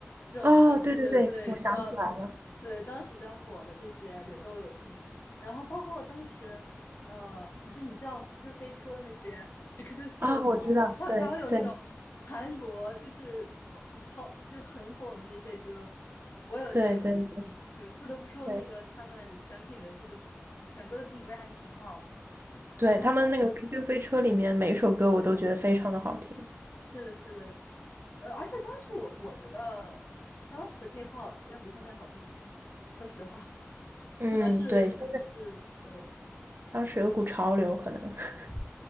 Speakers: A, on the left (about 60°); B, on the right (about 50°).
A: 这种这种就是对比较
B: 哦，对对对，我想起来了。
A: 对当时比较火的这些也都有听，然后包括当时呃，就你知道 QQ 飞车那些，就 QQ 秀什么。
B: 啊、我知道，
A: 它它会有那种韩国就是好超就很火的那些歌，
B: 对对
A: 我有在有有听，
B: 对对对
A: 对，不得不说那个他们选品的这个品选歌的品味还是挺好的。
B: 对对，
A: 然后
B: 他们那个 QQ 飞车里面每一首歌我都觉得非常的好听。
A: 是的，是的，呃，而且当时我我觉得当时的 K-pop 要比现在好听很多，说实话，
B: 嗯，
A: 可能是可能是对，
B: 对，现当时有股潮流，可能 <laughs>